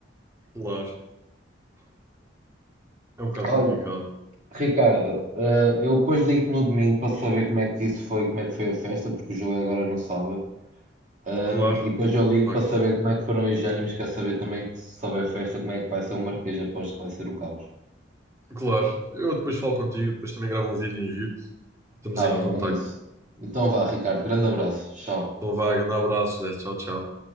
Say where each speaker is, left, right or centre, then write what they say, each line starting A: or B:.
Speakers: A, on the right; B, on the right.
A: Claro. É um bocado
B: Olha,
A: complicado.
B: Ricardo, eh, eu depois ligo-te no domingo para saber como é que isso foi, como é que foi a festa, porque o jogo é agora no sábado. Ahm,
A: Claro,
B: e depois eu ligo
A: claro
B: para
A: que
B: saber
A: sim.
B: como é que foram os ânimos, quer saber também que se souber a festa, como é que vai ser o Marquês, aposto que vai ser o caos.
A: Claro. Eu depois falo contigo, depois também gravo um vídeo e envio-te. Estamos
B: Está
A: em
B: bem,
A: contacto.
B: é isso. Então vá, Ricardo, grande abraço. Tchau.
A: Então vá, grande abraço, Zé. Tchau, tchau.